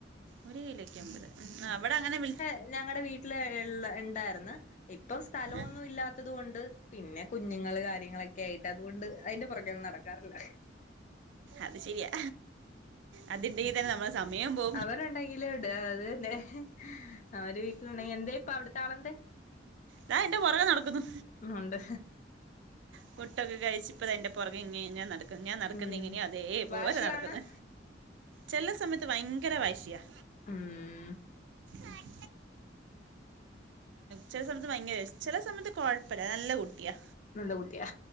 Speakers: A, on the right; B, on the left.
A: ഒരു കിലോക്കമ്പത് ആഹ് ഇവിടെ അങ്ങനെ വിളി
B: ഞ്ഞ ഞങ്ങൾടെ വീട്ടില് ഇള്ള ഇണ്ടായിർന്ന് ഇപ്പം സ്ഥലവൊന്നും
A: ആ
B: ഇല്ലാത്തത് കൊണ്ട് പിന്നെ കുഞ്ഞുങ്ങള് കാര്യങ്ങളൊക്കെ ആയിട്ട് അതുകൊണ്ട് അയിന്റെ പെറകേയൊന്നും നടക്ക റില്ല
A: അത് ശരിയാ അതിണ്ടെങ്കി തന്നെ നമ്മളെ സമയം പോ
B: അവരുണ്ടെങ്കില് എവ്ടെ ആഹ് അത് തന്നെ അവര് വീട്ടിലുണ്ടെങ്കി എന്തേ ഇപ്പ അവിടുത്തെ ആളെന്തെ?
A: ദാ എന്റെ പൊറകെ നടക്കുന്നു
B: ഉം ഒണ്ട്
A: ഫുഡൊക്കെ കഴിച്ച് ഇപ്പെതേ എന്റെ പൊറകെ ഇങ്ങെ ഇങ്ങെ നടക്ക് ന്ന് ഞാൻ നടക്കുന്ന
B: ഉം
A: എങ്ങനെയോ അതേ പോലെ
B: വാശിയാണ്
A: നടക്ക്ന്ന് ചെല്ല സമയത്ത് ഭയങ്കര വാശിയാ
B: ഉം
A: ഏം ചെല സമ യത്ത് ഭയങ്കര ചെല സമയത്ത് കൊഴപ്പല്ല നല്ല കുട്ടിയാ
B: നല്ല കുട്ടിയാ